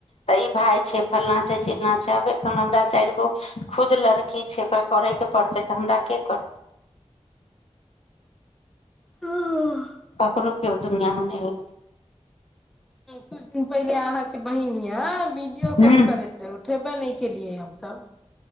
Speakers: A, on the left; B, in the centre.
A: तऽ ई भाय छै फल्लाँ छै चिल्लाँ छै आब एखन हमरा चारि गो खुद लड़की छै ओकरा करयके पड़तै तऽ हमरा के करतै
B: हूँ
A: ककड़ो के ओ दूनिया मे नहि होय छै
B: कुछ दिन पहिले अहाँके बहिनया वीडियो
A: छै
B: कॉल
A: हूँ
B: करैत रहे उठेबे नहि केलियै हमसब